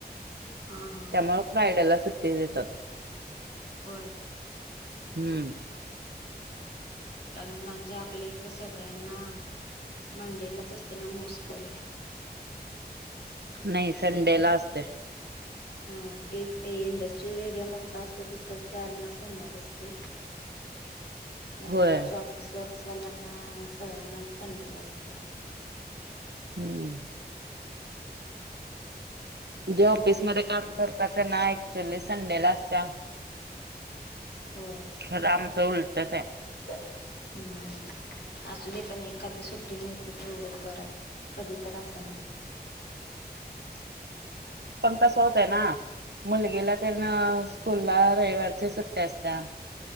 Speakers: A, on the left; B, on the right.
A: हा हा
B: त्यामु फ्रायडेला सुट्टी देतात
A: होय.
B: हम्म
A: कारण म्हणजे आपल्या इकडं सगळ्यांना मंडेलाच असते ना मोस्कली
B: नाही संडे ला असते
A: हा तेच ते इंडस्ट्रीियल एरिया मोठा असतो तिकड त्याना सोमवारच ते
B: <unintelligible>
A: आणि
B: होय
A: बाकीच्या ऑफिस वर्क्सवाल्यांना सगळ्यांना संडेला असते
B: हम्म
A: हम्म तुझी
B: जे ऑफिसमध्ये
A: मुलगी
B: काम करतात ना क्चुली संडे ला असते.
A: होय.
B: खर आमचं उलटच आहे.
A: हम्म असू दे पण एखादी सुट्टी मिळते ते एवढंच बरं आहे कधी तर असे ना.
B: <inaudible> पण कसं होत आहे ना. मुलगीला तर ना स्कूलला रविवारच्या सुट्ट्या असत्या.